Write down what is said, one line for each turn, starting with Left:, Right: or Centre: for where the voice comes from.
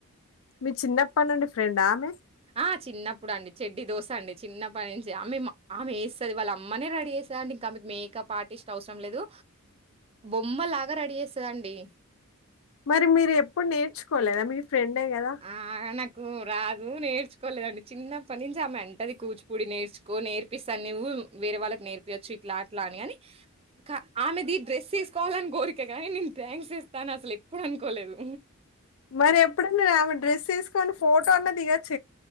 Left: మీ చిన్నప్పటి నుండి ఫ్రెండా ఆ మే
Right: ఆ చిన్నప్పుడు అండి చెడ్డి దోశ అండి చిన్నప్పటి నుంచి ఆమె ఆమె వేస్తుది వాళ్ళ అమ్మనే రెడీ చేస్తుందిండి ఇంకా ఆమెకి మేకప్ ఆర్టిస్ట్ అవసరం లేదు బొమ్మలాగా రెడీ చేస్తుదండి
Left: మరి మీరు ఎప్పుడు నేర్చుకోలేదా మీరు ఫ్రెడ్ కదా
Right: ఆ! నాకు రాదు నేర్చుకోలేదండి చిన్నప్పటి నుంచి ఆమె ఎంటది కూచిపూడి నేర్చుకో నేర్పిస్తాను నువ్వు వేరే వాళ్ళకి నేర్పియవచ్చు ఇట్లా అట్లా అని అని ఆమెది డ్రెస్ తీసుకోవాలని కోరిక కానీ నేను థ్యాంక్స్ ఇస్తాను అసలు ఎప్పుడు అనుకోలేదు
Left: మరి ఎప్పుడన్నా రావండి డ్రెస్ తీసుకొని ఫోటో అన్నా దిగచ్చు